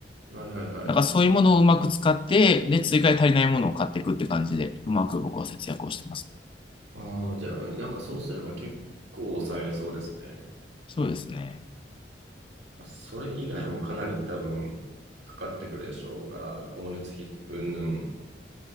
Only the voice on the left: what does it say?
なんかそういうものをうまく使って、で、追加で足りないものを買っていくって感じで、うまく僕は節約をしてます。
そうですね。